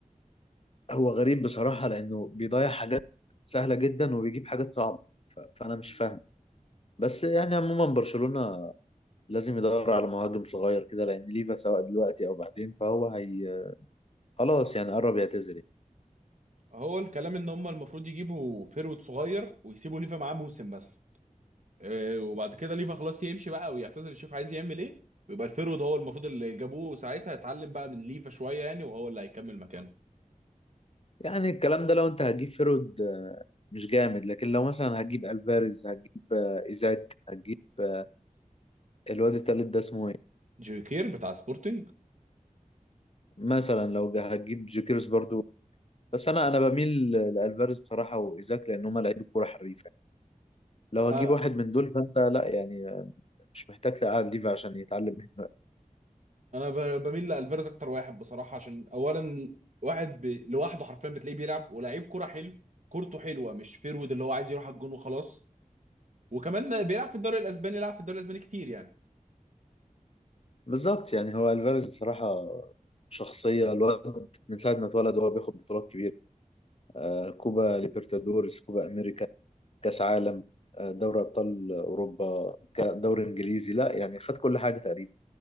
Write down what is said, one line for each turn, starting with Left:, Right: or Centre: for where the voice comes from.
Left: <laughs> هو غريب بصراحة لأنه بيضيع حاجات سهلة جدا وبيجيب حاجات صعبة ف- فأنا مش فاهم بس يعني عموما برشلونة لازم يدور على مهاجم صغير كده لأن ليفا سواء دلوقتي أو بعدين فهو هي خلاص يعني قرب يعتزل يعني
Right: هو الكلام ان هم المفروض يجيبوا فيرود صغير ويسيبوا ليفا معاه موسم مثلا إيه، وبعد كده ليفا خلاص يمشي بقى ويعتزل يشوف عايز يعمل ايه ويبقى الفيرود هو المفروض اللي جابوه ساعتها يتعلم بقى من ليفا شويه يعني وهو اللي هيكمل مكانه
Left: يعني الكلام ده لو أنت هتجيب فيرود آه، مش جامد لكن لو مثلا هتجيب ألفاريز هتجيب آه، إيزاك هتجيب آه، الواد التالت ده اسمه إيه
Right: جيري كير بتاع سبورتنج
Left: مثلا لو جه- هتجيب جيكيرس برضو بس انا انا بميل لالفاريز بصراحه وايزاك لان هما لعيبه كوره حريفه لو
Right: آه،
Left: هجيب واحد من دول فانت لا يعني مش محتاج تقعد ليفا عشان يتعلم منه
Right: انا ب- بميل لالفيرز اكتر واحد بصراحه عشان اولا واحد ب... لوحده حرفيا بتلاقيه بيلعب ولاعيب كرة حلو كورته حلوه مش فيرود اللي هو عايز يروح على الجون وخلاص وكمان بيلعب في الدوري الاسباني لعب في الدوري الاسباني كتير يعني
Left: بالظبط يعني هو الفاريز بصراحه شخصيه الواد من ساعه ما اتولد هو بياخد بطولات كبيره آه كوبا ليبرتادورس كوبا امريكا كاس عالم آه دوري ابطال اوروبا كا- دوري انجليزي لا يعني خد كل حاجه تقريبا